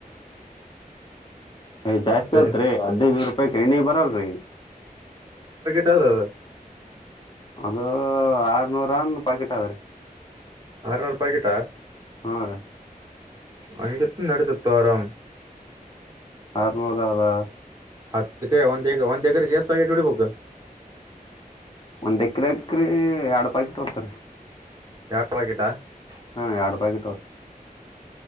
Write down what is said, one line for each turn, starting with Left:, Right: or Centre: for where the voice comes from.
Left: <unintelligible> ಯ್ ಜಾಸ್ತಿ
Right: ಮತ್ತೆ
Left: ತ್ರಿ ಹದದುನೂರು ರೂಪಾಯಕ್ ಎಣ್ಣಿ ಬರಲ್ರರಿ
Right: ಕಾವ
Left: ಅದು ಆರನೂರ ಪಾಕೆಟ್ ಆದಾವ್ರೀ
Right: ಆರನೂರು ರೂಪಾಯಗಿಟಾ
Left: ಹಾ ರ
Right: ಅಂಗತ ನಡತ ತಾರಾಮ
Left: ಆರನೂರು ಅದಾ
Right: ಅದಕ್ಕೆ ಒಂದ್ ಒಂದ್ ಏಕರ್ ಎಷ್ಟಟ್ ಹೊಡಿಬೇಕ
Left: ಒಂದ್ ಎಕ್ರ ಎಕ್ರಿ ಎರಡ್ ಪಿಟ್ ಹೋಗ್ತಾರ
Right: ಬ್ಯಾಸರ ಆಗಿಲ್ಲ? <unintelligible>
Left: ಹಾ ಯಾಡ ಪ್ಯಾಕೆಟ್ ಹೊತ್ <unintelligible>